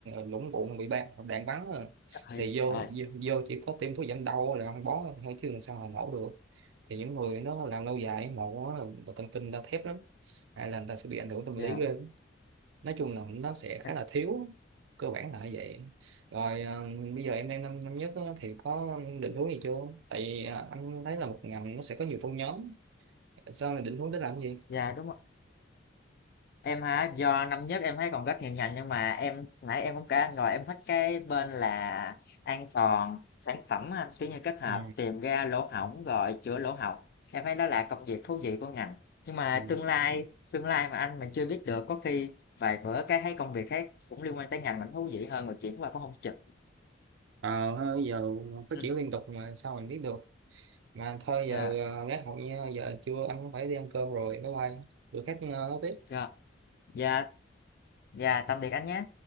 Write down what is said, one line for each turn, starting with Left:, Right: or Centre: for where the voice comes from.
Right: lũng bụng bị đạn đạn bắn à.
Left: chắc thì
Right: thì vô,
Left: ờ,
Right: vô vô chỉ có tiêm thuốc giảm đau là ăn bó thôi chứ làm sao mà nổ được thì những người nó làm lâu dài mổ á, thần kinh người ta thép lắm hay là người ta sẽ bị ảnh hưởng tâm lý
Left: dạ
Right: ghê nói chung là nó sẽ khá
Left: chắc-
Right: là thiếu cơ bản là như vậy rồi ờ, bây giờ em đang năm năm nhất á, thì có định hướng gì chưa tại vì ờ, anh thấy là một ngành nó sẽ có nhiều phân nhóm sao mình định hướng để làm cái gì
Left: yeah, đúng rồi. Em hả, do năm nhất em thấy còn rất nhiều ngành nhưng mà em nãy em cũng kể anh rồi em thích cái bên là an toàn sản phẩm á anh kiểu như kết hợp
Right: ừ.
Left: tìm ra lỗ hổng rồi chữa lỗ hổng em thấy đó là công việc thú vị của ngành nhưng mà
Right: Ừ.
Left: tương lai tương lai mà anh mình chưa biết được có khi vài bữa cái thấy công việc khác cũng liên quan tới ngành mình thú vị hơn rồi chuyển qua cũng không chừng
Right: ờ ha, giờ phát
Left: ừ.
Right: triển liên tục mà sao mình biết được mà thôi
Left: dạ
Right: giờ ờ, gác hội nha giờ trưa anh cũng phải đi ăn cơm rồi bye bye bữa khác ờ, nói tiếp
Left: dạ dạ dạ tạm biệt anh nhé